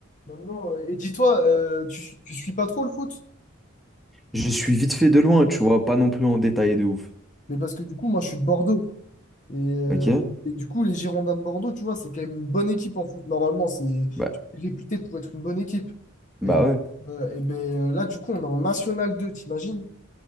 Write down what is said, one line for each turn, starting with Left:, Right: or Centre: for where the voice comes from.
Left: maintenant, euh, et dis-toi, euh, tu, tu suis pas trop le foot?
Centre: Je suis vite fait de loin, tu vois, pas non plus en détail de ouf.
Left: Mais parce que du coup, moi, je suis de Bordeaux. Et, euh,
Centre: Ok?
Left: et du coup, les Girondins de Bordeaux, tu vois, c'est quand même une bonne équipe en foot. Normalement, c'est
Centre: Bah,
Left: réputé pour être une bonne équipe.
Centre: bah
Left: Et,
Centre: ouais.
Left: euh, et ben, euh, là, du coup, on est en National 2 t'imagines?